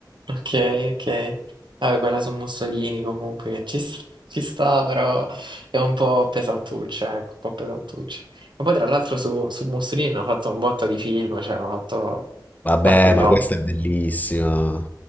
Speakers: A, on the right; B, on the left.
A: ok, ok. Vabbè, quella su Mussolini comunque che ci sta, ci sta, però è un po' pesantuccia, ecco, un po' pesantuccia. E poi tra l'altro su, su Mussolini hanno fatto un botto di film, cioè hanno fatto un
B: Vabbè,
A: sacco di
B: ma
A: roba.
B: questa è bellissima.